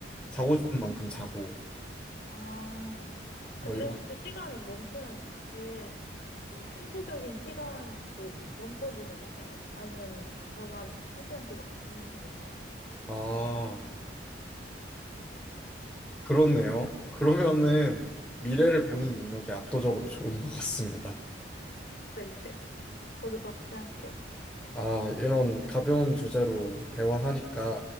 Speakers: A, in the centre; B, on the left.
A: 자고
B: 네.
A: 싶은 만큼 자고
B: 아, 근데
A: 뭐 이런.
B: 혹시 시간 멈추면 제 이 신체적인 시간도 멈춰지는 건가요? 아니면은 저만 한 시간씩 막 미는 건가요?
A: 아, 그렇네요. 그러면은 미래를 보는 능력이 압도적으로 좋은 것 같습니다.
B: 네. <laughs> 저도 그렇게 생각해요.
A: 아, 이런 가벼운 주제로 대화하니까
B: 네.